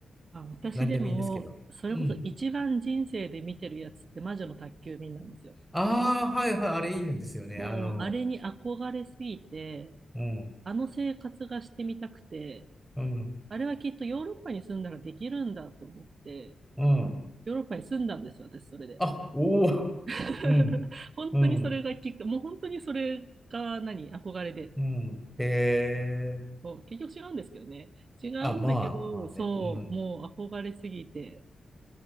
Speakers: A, on the right; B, in the centre.
A: あ、私でも、
B: なんでもいいんですけど。
A: それこそ一番人生で見てるやつって魔女の宅急便なんですよ。
B: うん。ああ、はいはい、あれいいんですよね。
A: もう、
B: あの、
A: あれに憧れすぎて、
B: うん、
A: あの生活がしてみたくて、
B: うん、
A: あれはきっとヨーロッパに住んだらできるんだと思って、
B: うん。
A: ヨーロッパに住んだんですよ、私、それで。
B: あ、おお、
A: <laughs>
B: <laughs> うん、
A: 本当にそれがきっか、
B: うん、
A: もう本当にそれが何、憧れで。
B: うん。へえ。
A: もう結局違うんですけどね。違うんだけど、
B: あ、まあ、まあね。
A: そう、
B: うん。
A: もう憧れすぎて、